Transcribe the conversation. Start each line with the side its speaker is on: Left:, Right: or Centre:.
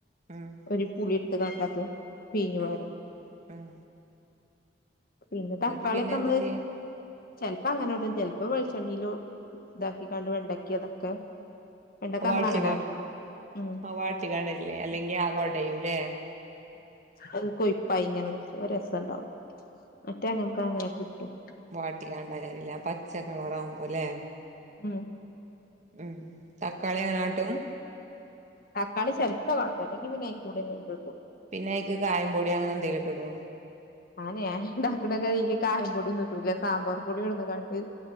Right: ഉം
Left: ഒരി പുള <unintelligible> പിീഞ്ഞ
Right: ഉം
Left: വരും
Right: ഉം
Left: പിന്നെ
Right: എന്നിട്ട്
Left: തക്കാളിയ
Right: പിന്നെ
Left: ഒക്കെ നമ്മള്
Right: എന്താ ചെയ്യാ
Left: ചിലപ്പോ അങ്ങനെോട്ടും ചിലപ്പോ വിളിച്ചണെലും ഇത കണ്ട് വണ്ടക്കിയ അതൊക്കെ വെണ്ടക്ക
Right: വാഴ്ത്തിക
Left: നമ്മള് അങ്ങനെ ആട്ടണം ഉം
Right: ആ വാഴ്ത്തികാണല്ലേ അല്ലെങ്കിൽ ആകോട്ടെ ലെ
Left: അത് കൊയപ്പായി ഇങ്ങനത് ഒരു രസഉണ്ടാവും മറ്റേങ്ങന ഇപ്പ അങ്ങനെ കിട്ടും
Right: വാട്ടിക്കാണ്ട കാരില്ല അ പച്ച കളറാവുമ്പോല്ലേ
Left: മ്
Right: മ് തക്കാളി അങ്ങനവട്ടും
Left: തക്കാളി ചിലപ്പ വാട്ടും അല്ലെങ്കിൽ പിന്നെ കൂടെ എട്
Right: പിന്നെ അയിക്ക് കായം പൊടി അങ്ങനെ എന്തെലൊക്കിടോ
Left: ആനെ അൻ ഉണ്ടാക്കുണത് ഇതില് കായം പൊടിയൊന്നിട്ടില്ല സാമ്പാർ പൊടി കൊടുന്നകണ്ടു